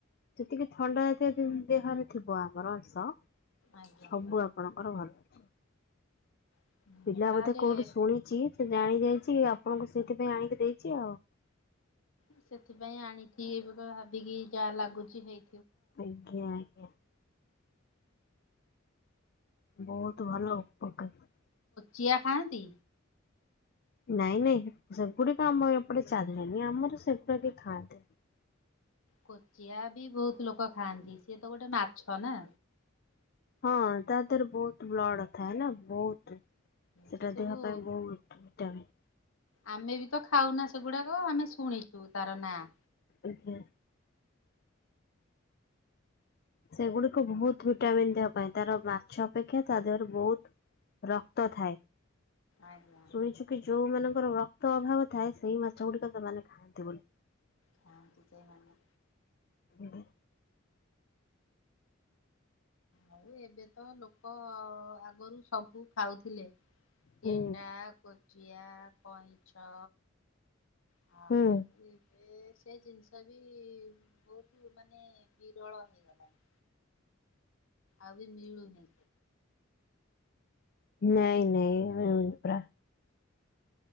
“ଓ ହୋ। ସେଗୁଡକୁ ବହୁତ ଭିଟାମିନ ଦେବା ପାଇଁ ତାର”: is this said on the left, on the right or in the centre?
Left